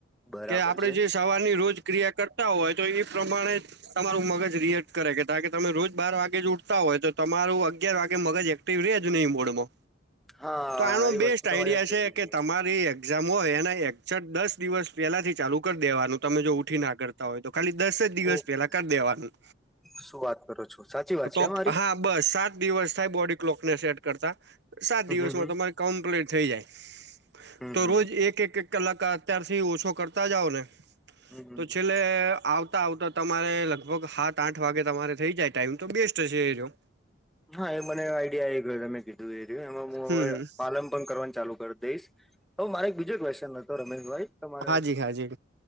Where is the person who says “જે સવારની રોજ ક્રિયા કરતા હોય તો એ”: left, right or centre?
Right